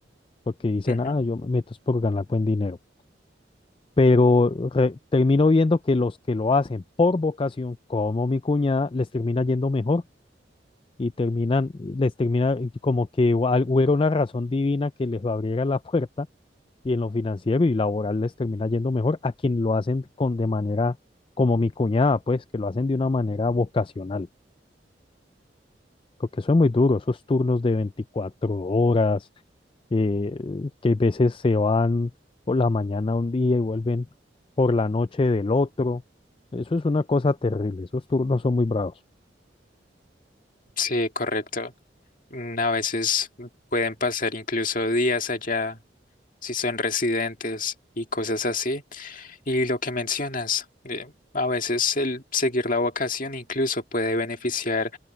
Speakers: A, on the left; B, on the left.
A: porque dicen,
B: Ujú.
A: ah, yo me meto es por ganar buen dinero. pero re- termino viendo que los que lo hacen por vocación, como mi cuñada, les termina yendo mejor y terminan, les termina como que hu- al- hubiera una razón divina que les abriera la <laughs> puerta y en lo financiero y laboral les termina yendo mejor a quien lo hacen con de manera como mi cuñada, pues que lo hacen de una manera vocacional porque eso es muy duro, esos turnos de 24 horas, eh, que a veces se van por la mañana un día y vuelven por la noche del otro. Eso es una cosa terrible, esos turnos son muy bravos.
B: Sí, correcto. Mm, A veces pueden pasar incluso días allá si son residentes y cosas así. Y lo que mencionas, eh, a veces el seguir la vocación incluso puede beneficiar